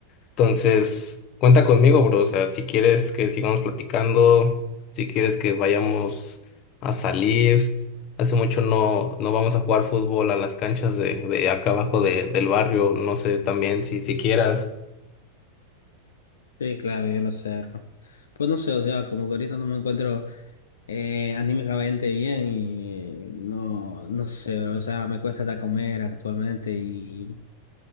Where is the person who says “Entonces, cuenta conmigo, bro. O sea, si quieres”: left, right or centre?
Left